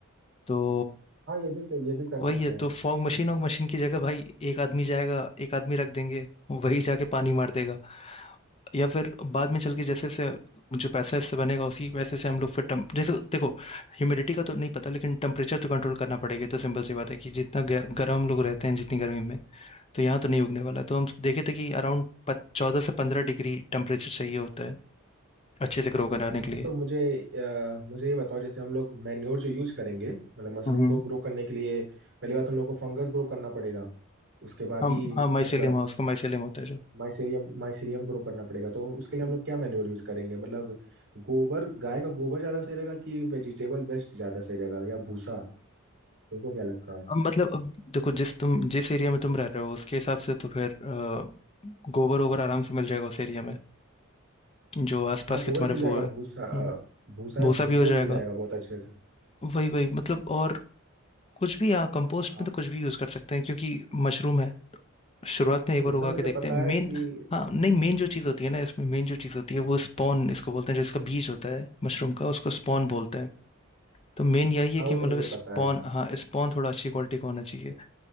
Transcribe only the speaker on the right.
हाँ ये भी ये भी कर सकते
हैं
अच्छा
तो मुझे अ, मुझे ये बताओ जैसे हम लोग मैन्योर जो यूज करेंगे मतलब मशरूम
को ग्रो करने के लिए पहली बात हम लोग को फंगस ग्रो करना पड़ेगा उसके बाद
ही
मतलब
माइसेरियम माइसेरियम ग्रो करना पड़ेगा तो उसके लिए
हम लोग क्या मैन्योर यूज करेंगे मतलब गोबर गाय का गोबर ज्यादा सही रहेगा कि वेजिटेबल वेस्ट ज्यादा सही रहेगा या भूसा तुमको क्या लगता
है
हाँ
गोबर
मिल जाएगा
भूसा अ, भूसा
भूसा
भी
मिल जाएगा बहुत अच्छे से
आप
जितना
मुझे
पता
है कि
हाँ
वो
तो मुझे पता
है